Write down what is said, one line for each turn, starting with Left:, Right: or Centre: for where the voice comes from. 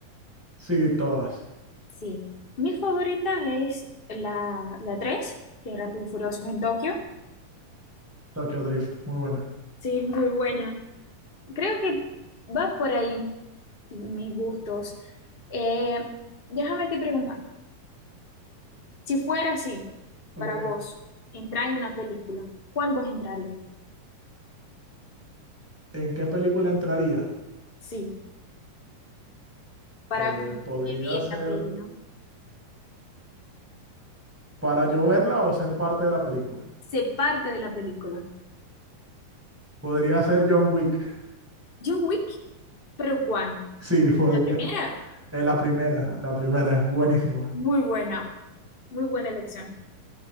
Centre: Sí, todas.
Left: Sí, mi favorita es la, la tres que es Rápido y Furiosos en Tokio.
Centre: Tokyo Drift, muy buena.
Left: Sí, es muy buena. Creo que va por ahí mis gustos. Eh, déjame te preguntar, si fuera así,
Centre: Ok.
Left: para vos, entrar en una película, ¿cuál vos entraría?
Centre: ¿En qué película entraría?
Left: Sí, para
Centre: Eh, podría
Left: vivir esta
Centre: ser.
Left: peli, ¿no?
Centre: para yo verla o ser parte de la película.
Left: Ser parte de la película.
Centre: Podría ser John Wick. <laughs>
Left: John Wick, pero ¿cuál?
Centre: Sí, podría.
Left: La primera,
Centre: Es la primera, la primera, es buenísima.
Left: muy buena, muy buena elección.